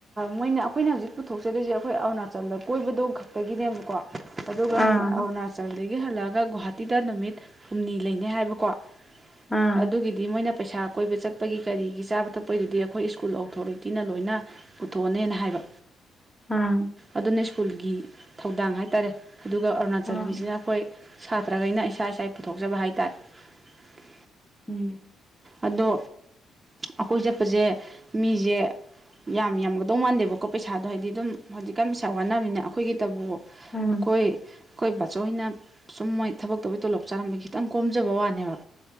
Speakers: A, on the right; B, in the centre.
A: ꯃꯣꯏꯅ ꯑꯩꯈꯣꯏꯅ ꯍꯧꯖꯤꯛ ꯄꯨꯊꯣꯛꯆꯗꯣꯏꯁꯦ ꯑꯩꯈꯣꯏ ꯑꯔꯨꯅꯥꯆꯜꯗ ꯀꯣꯏꯕꯗꯣ ꯈꯛꯇꯒꯤꯅꯦꯕꯀꯣ ꯑꯗꯨꯒꯥ
B: ꯑꯥ
A: ꯍꯌꯦꯡ ꯑꯥꯔꯨꯅ ꯑꯗꯨꯗꯥꯒꯤ ꯍꯜꯂꯛꯑꯒ ꯒꯨꯍꯥꯇꯤꯗ ꯅꯨꯃꯤꯠ ꯍꯨꯝꯅꯤ ꯂꯩꯅꯤ ꯍꯥꯏꯕꯀꯣ
B: ꯑꯥ
A: ꯑꯗꯨꯒꯤ ꯗꯤ ꯃꯣꯏꯅ ꯄꯩꯁꯥ ꯀꯣꯏꯕ ꯆꯠꯄꯒꯤ ꯀꯔꯤꯒꯤ ꯆꯥꯕ ꯊꯛꯄꯒꯤꯗꯨꯗꯤ ꯑꯩꯈꯣꯏ ꯁ꯭ꯀꯨꯜ ꯑꯣꯊꯣꯔꯤꯇꯤꯅ ꯂꯣꯏꯅ ꯄꯨꯊꯣꯛꯑꯅꯦꯅ ꯍꯥꯏꯕ
B: ꯑꯥ
A: ꯑꯗꯨꯅ ꯁ꯭ꯀꯨꯜꯒꯤ ꯊꯧꯗꯥꯡ ꯍꯥꯏꯇꯥꯔꯦ ꯑꯗꯨꯒ ꯑꯔꯨꯅꯥꯆꯜꯒꯤꯖꯤꯅ
B: ꯑꯥ
A: ꯑꯩꯈꯣꯏ ꯁꯥꯇ꯭ꯔꯥꯒꯩꯅ ꯏꯁꯥ ꯏꯁꯥꯏ ꯄꯨꯊꯣꯛꯆꯕ ꯍꯥꯏꯇꯥꯔꯦ
B: ꯎꯝ
A: ꯑꯗꯣ ꯑꯩꯈꯣꯏ ꯆꯠꯄꯖꯦ ꯃꯤꯖꯦ ꯌꯥꯝ ꯌꯥꯝꯒꯗꯧ ꯃꯥꯟꯗꯦꯕꯀꯣ ꯄꯩꯁꯥꯗꯣ ꯍꯥꯏꯗꯤ ꯑꯗꯨꯝ ꯍꯧꯖꯤꯛꯀꯥꯟ ꯄꯩꯁꯥ ꯋꯥꯅꯕꯅꯤꯅ ꯑꯩꯈꯣꯏꯒꯤꯇꯕꯨ
B: ꯎꯝ
A: ꯑꯩꯈꯣꯏ ꯑꯩꯈꯣꯏ ꯕꯥꯆꯧꯍꯣꯏꯅ ꯁꯨꯝ ꯃꯣꯏ ꯊꯕꯛ ꯇꯧꯕꯩ ꯇꯣꯂꯣꯞ ꯆꯥꯔꯝꯕꯒꯤ ꯈꯤꯇꯪ ꯀꯣꯝꯖꯕ ꯋꯥꯅꯦꯕ